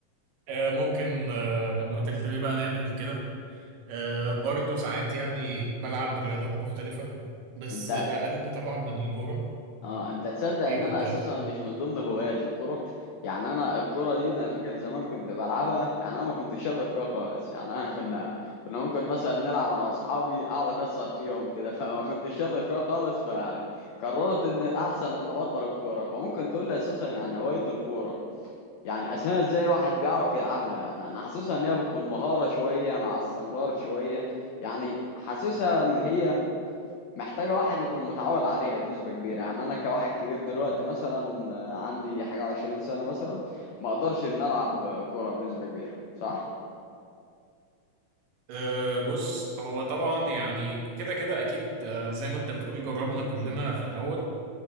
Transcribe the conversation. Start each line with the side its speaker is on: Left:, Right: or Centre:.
Right: أه ممكن أه من وقت للتاني بقى نعمل كده أه برضو ساعات يعني بلعب رياضات مختلفه بس
Left: انت
Right: اقل طبعا من الكوره
Left: اه انت تصدق
Right: ايه
Left: ان
Right: كنت
Left: انا اساسا
Right: هتقول
Left: مش من ضمن هوايات الكرة يعني انا الكرة دي ده انا فاكر زمان كنت بلعبها يعني انا ما كنتش شاطر فيها خالص يعني انا كنا كنا ممكن مثلا نلعب انا واصحابي اقعد اكسر فيهم كده <laughs> فما كنتش شاطر فيها خالص فيعني قررت ان الاحسن ان ابطل الكورة فممكن تقول لي اساسا يعني هواية الكورة يعني اساسا ازاي الواحد بيعرف يلعبها يعني انا حاسسها ان هي بتكون مهارة شوية مع استمرار شوية يعني حاسسها ان هي محتاجة واحد يكون متعود عليها بنسبة كبيرة يعني أنا كواحد كبير دلوقتي مثلا آه، عندي حاجة عشرين سنة مثلا ما أقدرش إن ألعب كورة بنسبة كبيرة صح؟
Right: أه بص هو طبعا يعني كده كده اكيد أه زي ما انت بتقول جربنا كلنا في الاول